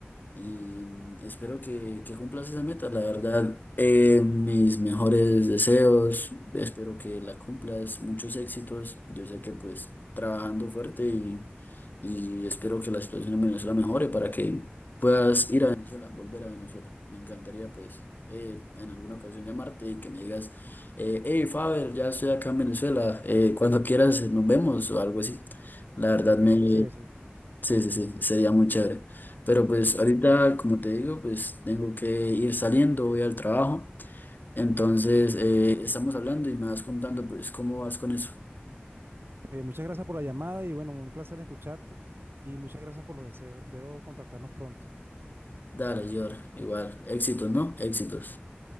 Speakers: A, on the left; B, on the right.
A: Y espero que, que cumplas esa meta, la verdad. eh, mis mejores deseos, espero que la cumplas, muchos éxitos. Yo sé que pues trabajando fuerte y, y espero que la situación en Venezuela mejore para que puedas ir a Venezuela, volver a Venezuela. Me encantaría pues eh, en alguna ocasión llamarte y que me digas, eh, hey Faber, ya estoy acá en Venezuela, eh, cuando quieras eh, nos vemos o algo así. La verdad me,
B: Oye, Moisés, eh,
A: Sí, sí, sí, sería muy chévere. Pero pues
B: sí.
A: ahorita, como te digo, pues tengo que ir saliendo, voy al trabajo. Entonces, eh, estamos hablando y me vas contando pues cómo vas con eso.
B: Oye, muchas gracias por la llamada y bueno, un placer escucharte y muchas gracias por los deseos. Espero contactarnos pronto.
A: Dale, Yor, igual, éxitos, ¿no? Éxitos.